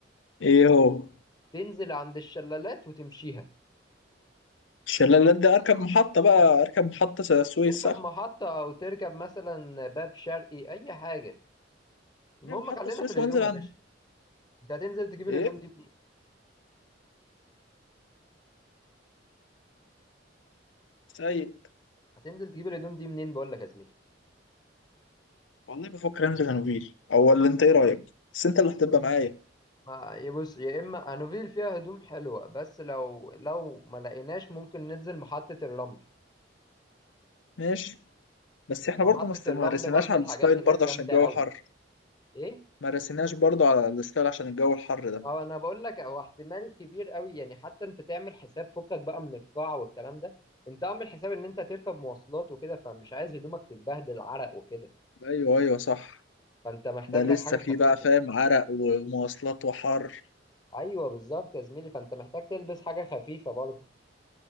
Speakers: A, on the left; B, on the left.
A: ايه هو
B: تنزل عند الشلالات وتمشيها
A: الشلالات دي اركب محطه بقى اركب محطه س- السويس
B: تركب
A: صح
B: محطة أو تركب مثلا باب شرقي أي حاجة المهم
A: لا محطه
B: خلينا
A: السويس
B: في الهدوم
A: وانزل عند
B: يا باشا أنت هتنزل تجيب
A: ايه
B: الهدوم دي منين؟
A: سيد
B: هتنزل تجيب الهدوم دي منين بقول لك يا زميلي
A: والله بفكر انزل هنوفيل او ولا انت ايه رايك بس انت اللي هتبقى معايا
B: ما يبص يا إما أنوفيل فيها هدوم حلوة بس لو لو ما لقيناش ممكن ننزل محطة الرمل
A: ماشي بس احنا
B: محطة
A: برضه ما است-
B: الرمل
A: ما رسيناش
B: برضه
A: على
B: الحاجات
A: الستايل
B: هناك
A: برضه
B: جامدة
A: عشان الجو
B: قوي
A: حر
B: ايه
A: ما رسيناش برضه على الستايل عشان الجو الحر ده
B: ما هو انا بقول لك هو احتمال كبير قوي يعني حتى انت تعمل حساب فكك بقى من القاع والكلام ده انت اعمل حساب ان انت تركب مواصلات وكده فمش عايز هدومك تتبهدل عرق وكده
A: ايوه ايوه صح
B: فانت محتاج
A: ده لسه
B: لك حاجة
A: فيه
B: خفيفة
A: بقى فاهم عرق ومواصلات وحر
B: ايوه بالظبط يا زميلي فانت محتاج تلبس حاجة خفيفة برضه